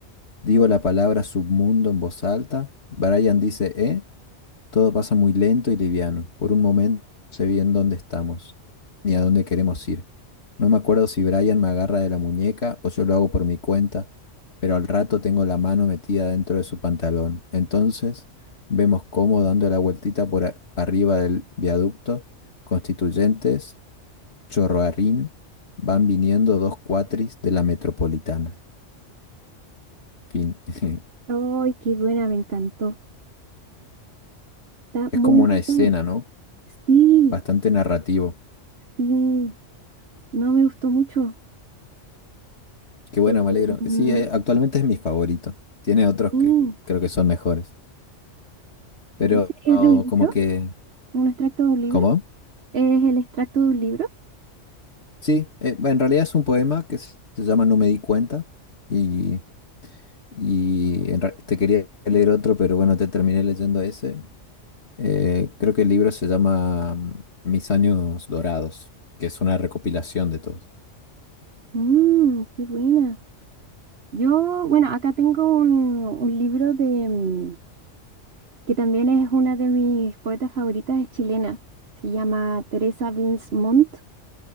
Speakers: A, on the left; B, on the right.
A: Digo la palabra submundo en voz alta, Brian dice, ¿eh? Todo pasa muy lento y liviano. Por un momento no sé bien dónde estamos, ni a dónde queremos ir. No me acuerdo si Brian me agarra de la muñeca o yo lo hago por mi cuenta, pero al rato tengo la mano metida dentro de su pantalón. Entonces vemos cómo dando la vueltita por a- arriba del viaducto, Constituyentes, Chorroarrín, van viniendo dos cuatris de la metropolitana. Fin. <laughs>
B: Ay, qué buena, me encantó. Está
A: Es
B: muy
A: como
B: buena.
A: una escena, ¿no?
B: Sí,
A: Bastante narrativo.
B: sí. No me gustó mucho.
A: Qué bueno,
B: Eh,
A: me alegro.
B: mm,
A: Sí, eh, actualmente es mi favorito. Tiene otros
B: sí.
A: que creo que son mejores. Pero
B: ¿Y ese es
A: oh,
B: de un libro?
A: como que...
B: ¿Un extracto de un libro?
A: ¿Cómo?
B: ¿Es el extracto de un libro?
A: Sí, eh, en realidad es un poema que se se llama No me di cuenta. Y, y en re- te quería leer otro, pero bueno, te terminé leyendo ese. Eh, creo que el libro se llama mm, Mis años dorados, que es una recopilación de todos.
B: Mmm, qué buena. Yo, bueno, acá tengo un, un libro de mm, que también es una de mis poetas favoritas, es chilena. Se llama Teresa Bilsmont